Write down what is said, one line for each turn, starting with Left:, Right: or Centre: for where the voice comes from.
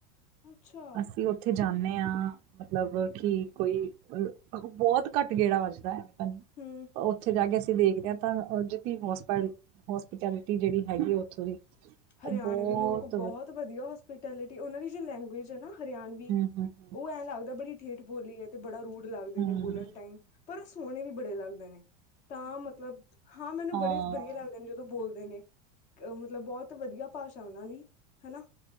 Left: ਅੱਛਾ
Right: ਅਸੀਂ ਉੱਥੇ ਜਾਣੇ ਆਂ। ਮਤਲਬ ਕਿ- ਕੋਈ -ਅ ਬਹੁਤ ਘੱਟ ਗੇੜਾ ਵੱਜਦਾ ਏ। ਨ
Left: ਹੂੰ
Right: ਉੱਥੇ ਜਾ ਕੇ। ਦੇਖਦੇ ਹਾਂ। ਤਾਂ <unintelligible> ਹੋਸਪੀਟੈਲਿਟੀ ਜੇੜੀ ਹੈਗੀ ਆ। ਉੱਥੋਂ ਦੀ
Left: ਹਰਿਆਣੇ
Right: ਉਹ ਬਹੁਤ
Left: ਦੇ ਲੋਕ ਬਹੁਤ ਵਧੀਆ। ਹੋਸਪੀਟੈਲਿਟੀ ਉਹਨਾਂ ਦੀ ਜੋ ਲੈਂਗੂਏਜ ਹੈ, ਨਾ ਹਰਿਆਣਵੀ
Right: ਹਮ ਹਮ ਹਮ
Left: ਉਹ ਐਂ ਲੱਗਦਾ, ਬੜੀ ਠੇਠ ਬੋਲੀ ਹੈ। 'ਤੇ ਬੜਾ ਰੂੜ- ਲੱਗਦੇ
Right: ਹਮ
Left: ਨੇ ਬੋਲਣ ਟਾਈਮ, ਪਰ ਉਹ ਸੋਹਣੇ ਵੀ ਬੜੇ ਲੱਗਦੇ ਨੇ। ਤਾਂ, ਮਤਲਬ ਹਾਂ ਮੈਨੂੰ
Right: ਹਾਂ
Left: ਬੜੇ ਵਧੀਆ ਲੱਗਦੇ ਨੇ, ਜਦੋਂ ਬੋਲਦੇ ਨੇ। ਮਤਲਬ ਬਹੁਤ ਵਧੀਆ ਭਾਸ਼ਾ ਉਹਨਾਂ ਦੀ ਹੈਨਾ।